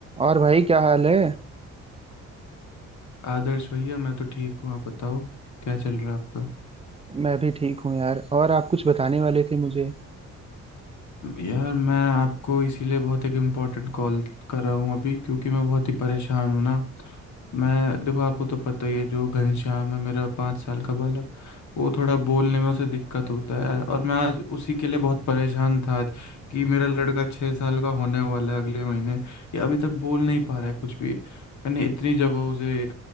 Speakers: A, on the right (about 20°); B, on the left (about 70°).
A: और भाई क्या हाल है
B: आदर्श भैया मैं तो ठीक हूँ आप बताओ क्या चल रहा है आपका
A: मैं भी ठीक हूँ यार और आप कुछ बताने वाले थे मुझे
B: यार मैं आपको इसीलिए बहुत एक इम्पोर्टेंट कॉल कर रहा हूँ अभी क्योंकि मैं बहुत ही परेशान हूँ ना मैं देखो आपको तो पता ही है जो घनश्याम है मेरा पाँच साल का बालक वो थोड़ा बोलने में उसे दिक्कत होता है यार और मैं आज उसी के लिए बहुत परेशान था आज कि मेरा लड़का छः साल का होने वाला है अगले महीने ये अभी तक बोल नहीं पा रहा है कुछ भी मैंने इतनी जगह उसे